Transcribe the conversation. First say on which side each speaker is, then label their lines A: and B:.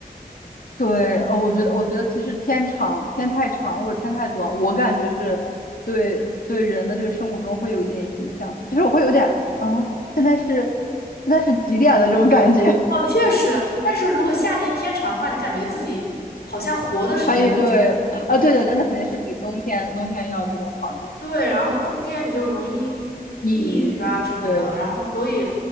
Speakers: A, on the left (about 60°); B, on the left (about 85°).
A: 对，哦，我觉得，我觉得其实天长、天太长或者天太短，我感觉是对对人的这个生物钟会有一点影响，其实我会有点啊，现在是现在是几点的这种感觉。
B: 哦，确实，但是如果夏天天长的话，你感觉自己好像活的时间都久。
A: <laughs> 还有对，啊，对对，但那肯定是比冬天冬天要这种好一点。
B: 对，然后冬天你就容易抑抑郁啊什么的，
A: 抑郁，对对，
B: 然后所以，